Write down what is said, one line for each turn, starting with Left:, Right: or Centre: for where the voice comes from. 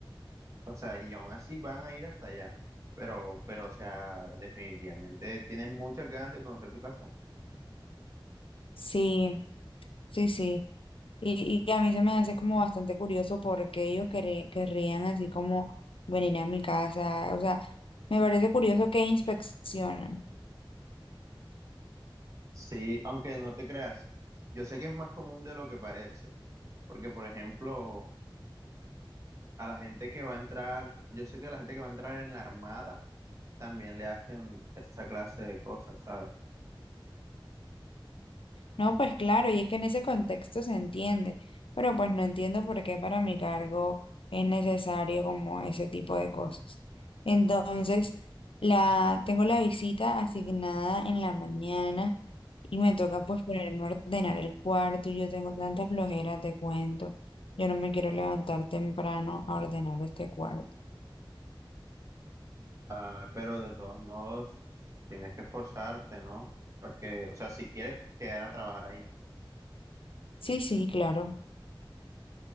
Right: O sea, y aún así van a ir hasta allá. Pero, pero, o sea, definitivamente tienen muchas ganas de conocer tu casa.
Left: Sí, sí, sí. Y, y a mí se me hace como bastante curioso porque ellos querre- querrían así como venir a mi casa. O sea, me parece curioso que inspeccionan.
Right: Sí, aunque no te creas, yo sé que es más común de lo que parece. Porque, por ejemplo, a la gente que va a entrar, yo sé que a la gente que va a entrar en la armada también le hacen esa clase de cosas, ¿sabes?
Left: No, pues claro, y es que en ese contexto se entiende, pero pues no entiendo por qué para mi cargo es necesario como ese tipo de cosas. Entonces, la, tengo la visita asignada en la mañana y me toca pues ponerme a ordenar el cuarto y yo tengo tanta flojera, te cuento. Yo no me quiero levantar temprano a ordenar este cuarto.
Right: Ah, pero de todos modos, tienes que esforzarte, ¿no? Porque, o sea, si quieres quedar a trabajar ahí,
Left: Sí, sí, claro.